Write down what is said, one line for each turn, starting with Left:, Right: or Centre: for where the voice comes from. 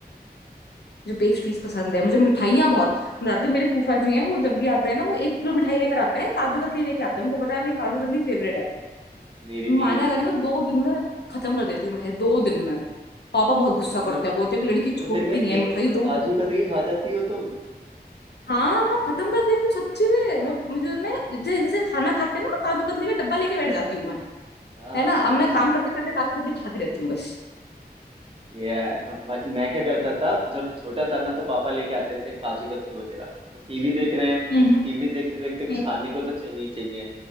Left: मुझे पेस्ट्रीज पसंद है मुझे मिठाइयाँ बहुत रात में मेरे फूफा जी हैं वो जब भी आते हैं ना वो एक किलो मिठाई लेकर आते हैं काजू कतली लेके आते हैं उनको पता है मेरी काजू
Right: हाँ
Left: कतली
Right: हाँ
Left: फेवरेट है
Right: मेरी
Left: मानेगा
Right: भी
Left: नहीं मैं दो दिन में खत्म कर देती हूँ मिठाई दो दिन में पापा बहुत गुस्सा
Right: दो दिनों
Left: करते हैं बोलते हैं कि लड़की
Right: दो
Left: छोड़ती
Right: दिन में एक
Left: नहीं है मिठाई
Right: किलो
Left: दो
Right: काजू
Left: दिन
Right: कतली खा जाती हो तुम
Left: हाँ मैं खत्म कर देती हूँ सच्ची में मैं मुझे मैं जै- जैसे खाना खाते ना मैं काजू कतली का डब्बा लेके बैठ जाती हूँ मैं
Right: हाँ
Left: है ना
Right: सेम
Left: अब मैं
Right: सेम
Left: काम करते करते काजू कतली खाती रहती हूँ बस
Right: ये अब मैं मैं क्या करता था जब छोटा था ना तो पापा लेके आते थे काजू कतली वगैरह तो टीवी देख रहे हैं तो
Left: हम्म
Right: टीवी देखते देखते
Left: हम्म।
Right: कुछ खाने को तो चाहिए ही चाहिए